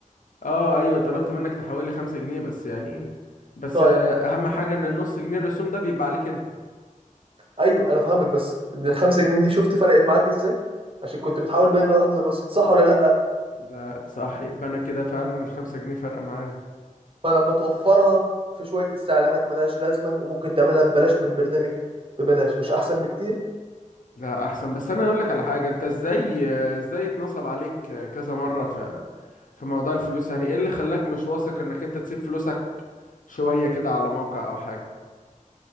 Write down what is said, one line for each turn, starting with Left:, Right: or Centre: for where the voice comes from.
Left: اه ايوه طلبت منك تحول لي خمسة جنيه بس يعني بس
Right: طيب
Left: آه، اهم حاجة ان النص جنيه الرسوم ده بيبقى عليك انت
Right: ايوه انا فاهمك بس ان ال 5 جنيه دي شفت فرقت معاك ازاي عشان كنت بتحاول بين الواحد للرصيد صح ولا لا
Left: لا صح يبقى انا كده فعلا الخمسة جنيه فارقة معايا
Right: فلما توفرها في شويه استعلامات ملهاش لازمه وممكن تعملها ببلاش من برنامج ببلاش مش احسن بكتير
Left: لا احسن بس انا اقول لك على حاجة انت ازاي آه، ازاي اتنصب عليك آه، كذا مرة في في موضوع الفلوس يعني ايه اللي خلاك مش واثق انك انت تسيب فلوسك شوية كده على موقع أو حاجة